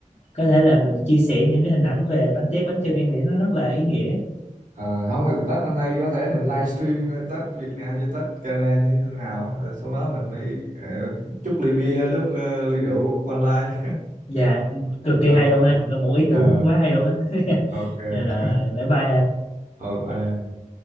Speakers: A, on the left (about 50°); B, on the right (about 75°).
A: có thể là mình chia sẻ những cái hình ảnh về bánh tét bánh chưng em nghĩ nó rất là ý nghĩa
B: Ờ, không thì Tết năm nay có thể mình livestream ờ, Tết Việt Nam với Tết Canada như thế nào rồi sau đó mình mới ờ, chúc ly bia lúc ờ, ly rượu online
A: dạ cực kỳ
B: <laughs> ok
A: hay luôn anh là một ý tưởng
B: Ờ,
A: quá hay luôn á <laughs>
B: ok
A: Dạ rồi bye bye anh
B: Ờ, bye em.